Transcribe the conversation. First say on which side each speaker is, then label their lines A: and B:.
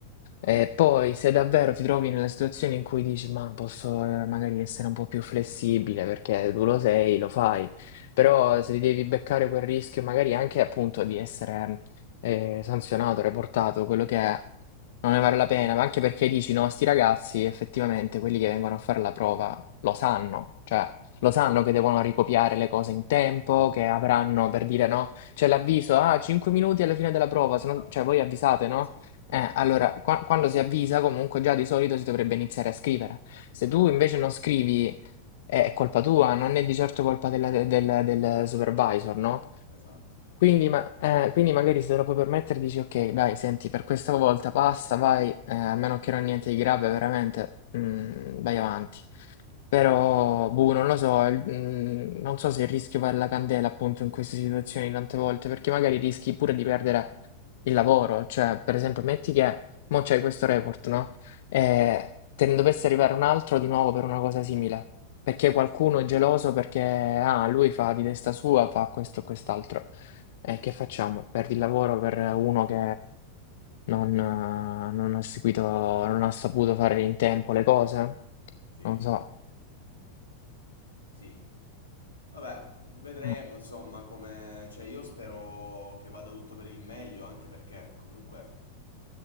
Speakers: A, on the left (about 80°); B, on the left (about 55°).
A: Esatto,
B: E poi se davvero ti trovi nella situazione in cui dici, ma posso eh, magari essere un po' più flessibile perché tu lo sei, lo fai, però se ti devi beccare quel rischio magari anche appunto di essere eh, sanzionato, reportato, quello che è, non ne vale la pena, ma anche perché dici, no, sti ragazzi, effettivamente, quelli che vengono a fare la prova lo sanno, cioè lo sanno che devono ricopiare le cose in tempo, che
A: esatto,
B: avranno, per dire, no, c'è l'avviso, ah, 5 minuti alla fine della prova,
A: esatto,
B: se no- cioè voi avvisate, no?
A: sì,
B: Eh, allora, qua- quando si avvisa, comunque già di solito si dovrebbe iniziare a scrivere. Se tu invece non scrivi, è colpa tua, non è di certo colpa della- del, del supervisor, no?
A: esatto,
B: Quindi, ma- eh, quindi magari se te lo puoi permettere dici ok, dai, senti, per questa volta basta, vai, eh, a meno che non niente di grave, veramente, mm, vai avanti. Però, boh, non lo so, il- mm, non so se il rischio vale la candela appunto in queste situazioni tante volte, perché magari rischi pure di perdere il lavoro, cioè, per esempio, metti che mo c'hai questo report, no? E te ne dovesse arrivare un altro di nuovo per una cosa simile, perché qualcuno è geloso perché, ah, lui fa di testa sua, fa questo e quest'altro. E che facciamo? Perdi il lavoro per uno che non, eh, non ha seguito, non ha saputo fare in tempo le cose?
A: sì.
B: Non so.
A: Sì. Vabbè, vedremo
B: Mm,
A: insomma come... Cioè io spero che vada tutto per il meglio, anche perché comunque